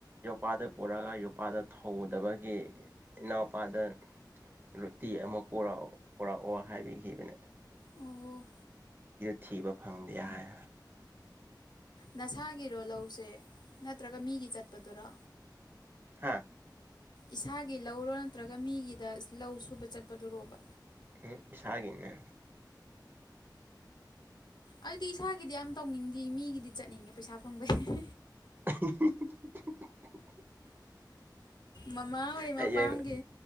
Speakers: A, on the right; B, on the left.
A: ꯌꯣꯄꯥꯛꯗ ꯄꯨꯔꯒ ꯌꯣꯄꯥꯗ ꯊꯗ ꯕꯒꯤ ꯏꯅꯥꯎꯄꯥꯗ ꯔꯣꯇꯤ ꯑꯃꯛꯑꯣ ꯄꯔꯛꯑꯣ ꯍꯥꯏꯕꯤꯈꯤꯕ ꯅꯠꯇ꯭ꯔ
B: ꯑꯣ
A: ꯊꯤꯕ ꯐꯪꯗꯦ ꯍꯥꯏ
B: ꯅꯁꯥꯒꯤꯔꯣ ꯂꯧꯁꯦ ꯅꯠꯇ꯭ꯔꯒ ꯃꯤꯒꯤ ꯆꯠꯄꯗꯨꯔ
A: ꯍꯥꯥ
B: ꯏꯁꯥꯒꯤ ꯂꯧꯔꯣ ꯅꯠꯇ꯭ꯔꯒ ꯃꯤꯒꯤꯗ ꯂꯧ ꯁꯨꯕ ꯆꯠꯄꯗꯨꯔꯣꯕ?
A: ꯎꯝ ꯏꯁꯥꯒꯤꯅꯦ꯫
B: ꯑꯩꯗꯤ ꯏꯁꯥꯒꯤꯗꯤ ꯌꯥꯝ ꯇꯧꯅꯤꯡꯗꯤ ꯃꯤꯒꯤꯗꯤ ꯆꯠꯅꯤꯡꯉꯦ ꯄꯩꯁꯥ ꯐꯪꯕꯩ <unintelligible>
A: <unintelligible>
B: ꯃꯃꯥꯍꯣꯏ
A: ꯍꯌꯦꯡ
B: ꯃꯄꯥꯝꯒꯤ